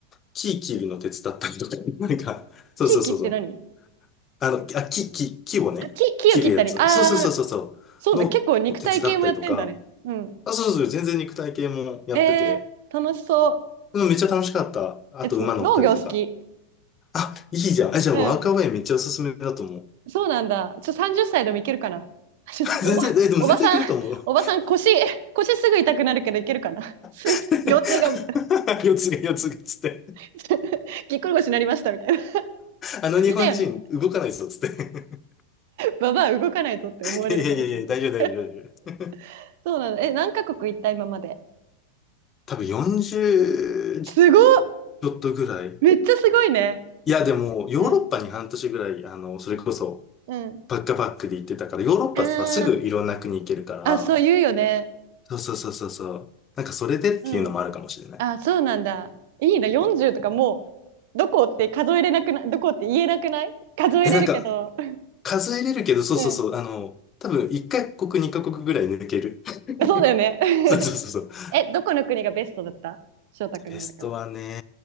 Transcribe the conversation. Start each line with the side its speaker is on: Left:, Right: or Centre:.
Left: 木切るの手伝ったりとか、<laughs> なんか、そうそうそうそう。
Right: 地域って何
Left: あの、あ、木、木、木をね、
Right: あ、木、木を切ったり。
Left: 切るやつ。
Right: ああ、
Left: そうそうそうそうそう。
Right: そうね。
Left: のを手伝ったりとか、
Right: 結構肉体系もやってんだね。うん。
Left: あ、そうそう、全然肉体系もやってて、
Right: えー、楽しそう。
Left: うんめっちゃ楽しかった。あと馬乗ったりとか。
Right: え、つ農業好き。
Left: あ、いいじゃん。あ、じゃあワークアウェイめっちゃおすすめだと思う。
Right: うん。そうなんだ。ちょ、30歳でもいけるかな。<laughs> ちょおば、
Left: <laughs> 全然、え、でも全然いけると思う。
Right: おばさん、おばさん腰、腰すぐ痛くなるけどいけるかな。<laughs> すいません。
Left: <laughs>
Right: 腰痛がみたい
Left: 四つが四つがつって。
Right: な。<laughs> ぎっくり腰になりましたみたいな。
Left: あの日本人動かないぞつって。
Right: 首だよね。ババア動かないぞって思われるかもしれない。
Left: <laughs> いやいやいや、大丈夫大丈夫大丈夫。
Right: <laughs> そうなの。え、何カ国行った今まで。
Left: 多分40ち
Right: すごっ
Left: ょっとぐらい。
Right: めっちゃすごいね。
Left: いや、でも、ヨーロッパに半年ぐらい、
Right: うん、
Left: あの、それこそ、
Right: うん。
Left: バックパックで行ってたから、ヨーロッパさ、
Right: あー
Left: すぐいろんな国行けるから、
Right: あ、そう言うよね。
Left: そうそうそうそうそう。なんかそれでっていうのもあるかもしれない。
Right: うん。あ、そうなんだ。いいな、40とかもう、どこって数えれなくない、どこって言えなくない数えれるけど。
Left: え、なんか数えれるけど、そうそうそう、
Right: うん。
Left: あの、多分1カ国、2カ国ぐらい抜ける。
Right: そうだよね。
Left: <laughs>
Right: <laughs>
Left: そうそうそうそう。
Right: え、どこの国がベストだった翔太くんの中で。
Left: ベストはね、